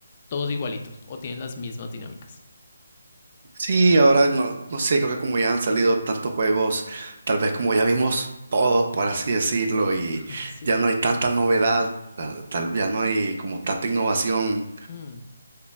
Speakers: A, on the left; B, on the right.
A: todos igualitos o tienen las mismas dinámicas.
B: Sí, ahora no, no sé, creo que como ya han salido tantos juegos, tal vez como ya vimos todos, por así decirlo, y
A: <laughs> Sí.
B: ya no hay tanta novedad, ah, tal, ya no hay como tanta innovación,
A: Mm,